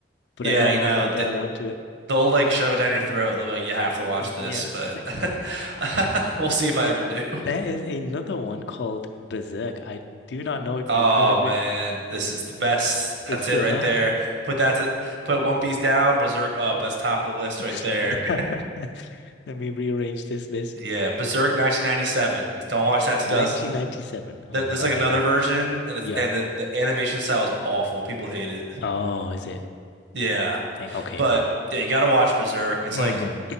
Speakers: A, on the left (about 75°); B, on the right (about 80°).
A: but
B: Yeah,
A: I don't
B: you
A: know
B: know
A: if I'll
B: they,
A: get around to it.
B: they'll like shove it down your throat. They'll be like, you have to watch
A: Yes,
B: this, but <laughs> we'll see if I ever do.
A: there is another one called Berserk. I do not know if
B: Oh
A: you've heard of
B: man,
A: it.
B: this is the best.
A: It's
B: That's
A: good,
B: it right
A: huh?
B: there. Put that to, put One Piece down, Berserk up. That's top of the list right
A: <laughs>
B: there. <laughs>
A: Let me rearrange this list.
B: Yeah, Berserk 1997. Don't watch that 2000
A: 1997. I'm
B: There-
A: gonna
B: There's
A: write
B: like another
A: that down.
B: version, and it's
A: Yeah.
B: and the, the animation style is awful. People hate it.
A: Oh, is it?
B: Yeah,
A: Dang. Okay.
B: but yeah, you gotta watch Berserk. It's
A: hmm
B: like